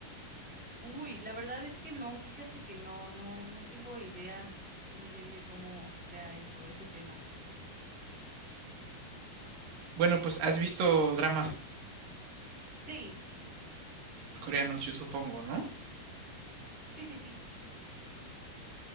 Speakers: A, in the centre; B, on the right (about 70°).
A: Uy, la verdad es que no, fíjate que no, no, no tengo idea muy bien de cómo sea eso, ese tema.
B: Bueno, pues has visto dramas
A: Sí,
B: coreanos, yo supongo, ¿no?
A: sí, sí, sí.